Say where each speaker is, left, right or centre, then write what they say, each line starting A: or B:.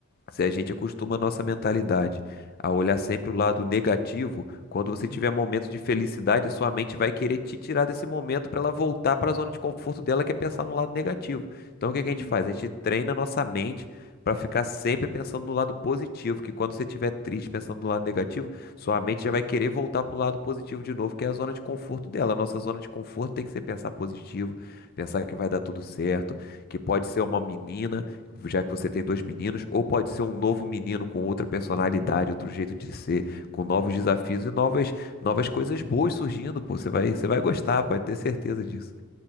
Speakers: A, on the left; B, on the left.
A: Se a gente acostuma a nossa mentalidade a olhar sempre o lado negativo, quando
B: Uhum.
A: você tiver momentos de felicidade, a sua mente vai querer te tirar desse momento para ela voltar para a zona de conforto dela, que é pensar no lado negativo. Então o
B: Sim.
A: que que a gente faz? A gente treina a nossa mente para ficar sempre pensando no lado positivo, que quando você estiver triste pensando no lado negativo, sua mente já vai querer voltar para o lado positivo de novo, que é a zona de conforto dela. A nossa zona de conforto tem que ser pensar positivo, pensar que vai dar tudo certo, que pode ser uma menina já que você tem dois meninos, ou pode ser um novo menino com outra personalidade,
B: Uhum.
A: outro jeito de ser, com novos desafios e novas, novas coisas boas surgindo, pô. Você vai, você vai gostar, pode ter certeza disso.